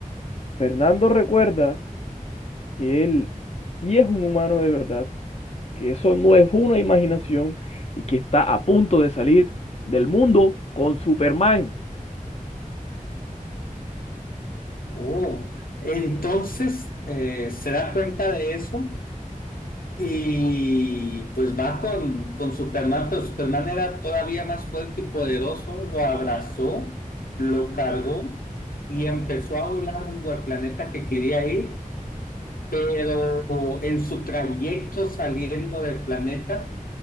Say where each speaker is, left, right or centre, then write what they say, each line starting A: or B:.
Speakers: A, on the left; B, on the left.
A: Fernando recuerda que él sí es un humano de verdad, que eso no es una imaginación y que está a punto de salir del mundo con Superman.
B: Oh, entonces eh, se da cuenta de eso Y pues va con, con Superman, pero Superman era todavía más fuerte y poderoso, lo abrazó, lo cargó y empezó a volar rumbo al planeta que quería ir, pero en su trayecto saliendo del planeta,